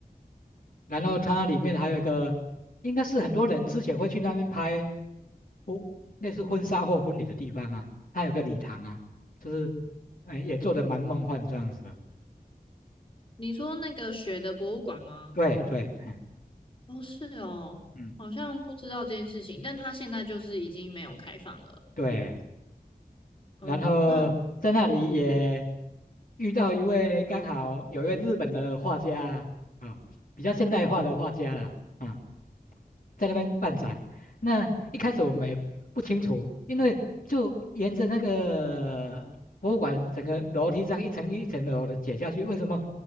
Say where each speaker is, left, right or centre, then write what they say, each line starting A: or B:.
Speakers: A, on the left; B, on the left.
A: 然后它里面还有一个，应该是很多人之前会去那边拍婚，类似婚纱或婚礼的地方啊，它有个礼堂啊，就是，哎，也做的蛮梦幻这样子的。
B: 你说那个雪的博物馆吗？
A: 对对，嗯
B: 哦，是哦，
A: 嗯，
B: 好像不知道这件事情，但它现在就是已经没有开放了。
A: 对。
B: 哦，
A: 然后在那里也
B: 那嗯，
A: 遇到一位刚好有一位日本的画家啊，啊比较现代化的画家啦。啊。在那边办展。那一开始我们也不清楚，因为就沿着那个博物馆整个楼梯这样一层一层的楼的解下去，为什么